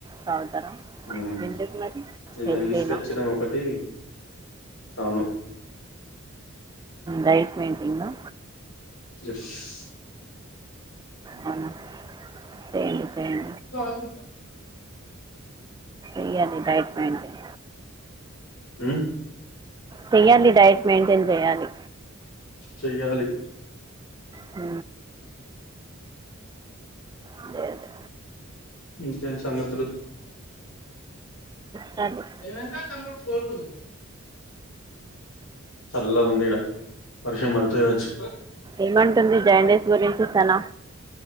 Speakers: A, on the right; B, on the left.
A: తాగుతారా
B: ఉమ్మ్
A: ఎందుకు మరి
B: నిన్న
A: హెల్దీనా
B: తీసుకొచ్చినాం ఒకటి అవును
A: రైట్ మైంటింగా
B: ఎస్
A: అవునా చేయండి చేండి
B: అవును
A: ఇయాలి డైట్ మైంటైన్
B: హ్మ్మ్
A: చెయ్యాలి డైట్ మెయింటైన్ చేయాలి
B: చెయ్యాలి
A: అ అదే అదె
B: ఇంకేంట్సంగతులు
A: సారె
B: ఎల్లడా తమ్ముడు స్కూల్ కి చల్లగాఉంది ఇడ వర్షం పడతాగవచ్చు
A: ఏమంటుంది జాండ్స్ గురించి సన